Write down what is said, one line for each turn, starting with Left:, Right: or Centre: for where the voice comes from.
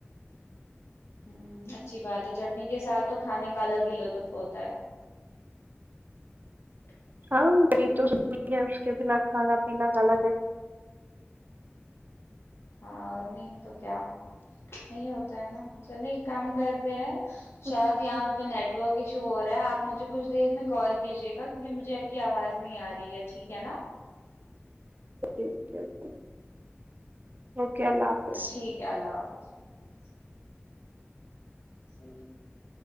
Left: ہ اچھی بات ہے چٹنی کے ساتھ تو کھانے کا الگ ہی لطف ہوتا ہے <unintelligible>
Right: ہاں نہیںی تو ضروری ہے اس کے بنا کھانا پینا غلط ہے <unintelligible>
Left: ہاں اور نہیں تو کیا یہی ہوتا ہے نا چلے ایک کام کر د ہیں <unintelligible>
Right: اوکے
Left: شاید یہاں پہ نیٹورک <unintelligible> کشو ہو رہا ہے آپجھے کچھ دیر میں کال کیجے گا کیونکہ مجھے اب کی آواز نہیں آ رہی ہے ٹھیک ہے نا <unintelligible>
Right: اوکے اوکے اوکے، اللہ حافظ
Left: ٹھیک ہے اللہ حافظ <unintelligible> صی <inaudible>